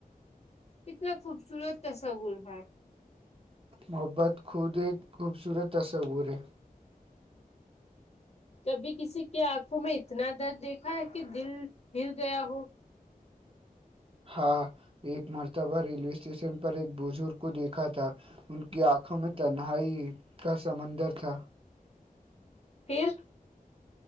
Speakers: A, on the left; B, on the right.
A: اتنا خوبصورت تسا گر ہے
B: محبت خود ایک خوبصورت تصور ہے
A: کبھی کسی کے آنکھوں میں اتنا درد دیکھا ہے کہ دل ہے گیا ہو
B: ہاں ایک مرتبا ریلو اسٹیشن پر ایک بزرگ کو دیکھا تھا ان کی آنکھوں میں تنہائی کا سمندر تھا
A: پھر